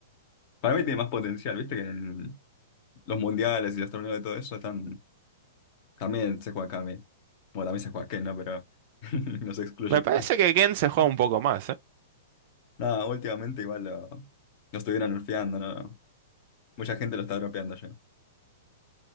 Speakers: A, on the left; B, on the right.
A: para mí tiene más potencial, viste que el los mundiales y los torneos y todo eso están, también se juega acá a mí. Bueno, también se juega aquí, ¿no? Pero <laughs> no se excluye.
B: Me parece que Ken se juega
A: <laughs>
B: un poco más, ¿eh?
A: Nada, últimamente igual lo, lo estuvieron nerfeando, ¿no? Mucha gente lo está dropeando ya.